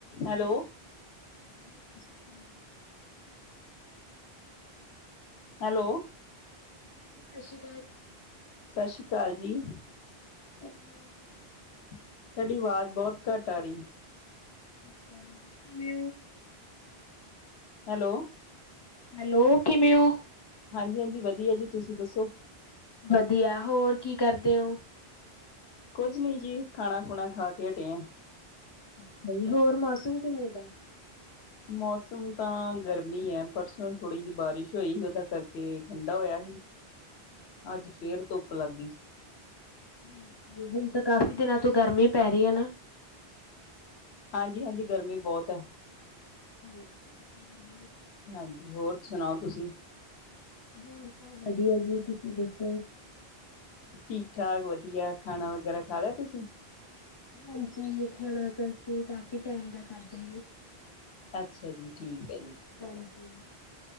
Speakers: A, on the left; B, on the left.
A: Hello.
B: Hello ਹਾਂਜੀ ਭੈਣ ਜੀ।
A: ਹੈਲੋ।
B: ਹੈਲੋ ਹਾਂਜੀ।
A: ਸਤਿ ਸ੍ਰੀ ਅਕਾਲ ਜੀ।
B: ਇਹਨਾ
A: ਤੁਹਾਡੀ ਆਵਾਜ਼ ਬਹੁਤ ਘੱਟ ਆ ਰਹੀ।
B: ਅੱਛਾ। ਮੈ,
A: ਹੈਲੋ।
B: ਹੈਲੋ ਕਿਵੇਂ ਹੋ?
A: ਹਾਂਜੀ-ਹਾਂਜੀ ਵਧੀਆ ਜੀ। ਤੁਸੀਂ ਦੱਸੋ?
B: ਵਧੀਆ, ਹੋਰ ਕੀ ਕਰਦੇ ਹੋ
A: ਕੁੱਝ ਨੀ ਜੀ ਖਾਣਾ- ਖੁਣਾ ਖਾ ਕੇ ਹਟੇ ਆ!
B: ਅੱਛਾ ਜੀ ਹੋਰ ਮੌਸਮ ਕਿਵੇੇ ਦਾ?
A: ਮੌਸਮ ਤਾਂ ਗਰਮੀ ਐ, ਪਰਸੋਂ ਥੋੜ੍ਹੀ ਜਿਹੀ ਬਾਰਿਸ਼ ਹੋਈ ਸੀ, ਉਹਦਾ ਕਰਕੇ ਠੰਡਾ ਹੋਇਆ ਸੀ। ਅੱਜ ਫੇਰ ਧੁੱਪ ਲੱਗ ਗਈ।
B: ਹਾਂ, ਹੁਣ ਤਾਂ ਕਾਫ਼ੀ ਦਿਨਾਂ ਤੋਂ ਗਰਮੀ ਪੈ ਰਹੀ ਐ ਨਾ।
A: ਹਾਂਜੀ-ਹਾਂਜੀ ਗਰਮੀ ਬਹੁਤ ਹੈ।
B: ਹਾਂਜੀ।
A: ਹਾਂਜੀ। ਹੋਰ, ਸੁਣਾਓ ਤੁਸੀਂ?
B: ਹੋਰ, ਸਭ ਵਧੀਆ ਜੀ ਤੁਸੀਂ ਦੱਸੋ?
A: ਠੀਕ -ਠਾਕ ਵਧੀਆ ਖਾਣਾ ਵਗੈਰਾ ਖਾ ਲਿਆ ਤੁਸੀਂ?
B: ਹਾਂਜੀ। ਹੋਣਾ, ਤਾਂ ਕਾਫੀ ਟਾਈਮ ਲੱਗਿਆ। ਹਾਂਜੀ।
A: ਅੱਛਾ ਜੀ। ਠੀਕ, ਹੈ ਜੀ
B: ਹਾਂਜੀ।